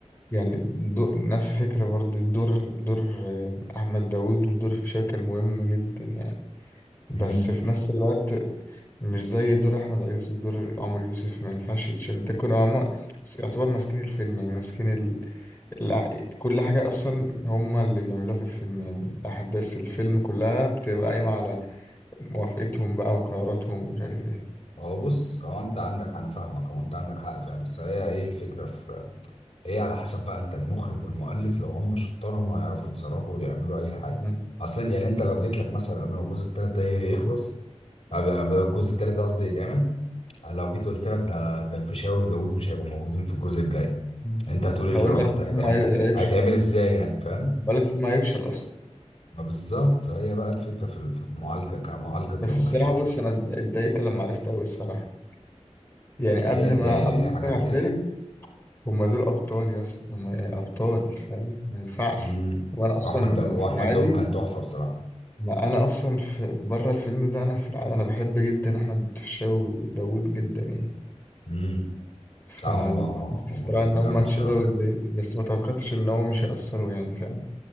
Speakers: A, on the left; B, on the left.
A: يعني دو... نفس الفكره برضه الدور دور آه، احمد داود ودور فيشاوي كان مهم جدا يعني بس
B: امم
A: في نفس الوقت مش زي دور احمد عز ودور عمرو يوسف ما ينفعش يتشال ده كانوا هما يعتبر ماسكين الفيلم يعني ماسكين ال... الع- كل حاجة أصلا هما اللي بيعملوها في الفيلم يعني أحداث الفيلم كلها بتبقى قايمة على موافقتهم بقى وقراراتهم ومش عارف إيه
B: هو بص هو انت عندك انا فاهمك هو انت عندك حق فاهم بس هي ايه الفكره ايه على حسب بقى انت المخرج والمؤلف لو هم شطار هم هيعرفوا يتصرفوا ويعملوا اي حاجه
A: مم.
B: اصلا يعني انت لو جيت لك مثلا قبل ما الجزء التالت ده يخلص قبل قبل ما الجزء التالت ده قصدي يتعمل لو جيت قلت لك ده ده الفيشاوي وداوود مش هيبقوا موجودين في الجزء الجاي
A: مم.
B: انت هتقول ايه
A: هقول
B: القرف
A: لك
B: ده
A: الفيلم
B: هيتعمل
A: هي- هيفشل
B: هيتعمل ازاي يعني فاهم
A: هقول لك الفيلم هيفشل أصلا
B: ما بالظبط هي بقى الفكره في الف- في المعالجه كمعالجه دراميه
A: بس الصراحة
B: بقى
A: بص أنا اتضايقت لما عرفت أوي الصراحة يعني
B: ما
A: قبل
B: هي تضايق
A: ما قبل
B: هي
A: ما
B: حاجه
A: أتفرج
B: تضايق
A: على الفيلم هما دول أبطال يا أصلا هما يعني أبطال فاهم ما ينفعش
B: امم
A: وأنا أصلا
B: واحمد دا... واحمد
A: في العادي
B: داوود كان تحفه بصراحه
A: ما أنا أصلا في بره الفيلم ده أنا في العادي أنا بحب جدا أحمد فيشاو وداوود جدا يعني
B: امم
A: فلما
B: بصراحه هم هم
A: عرفت الصراحة
B: جامدين
A: إن هم
B: قوي
A: اتشالوا
B: بصراحه
A: اتضايقت بس ما توقعتش إن هو مش هيأثروا يعني فاهم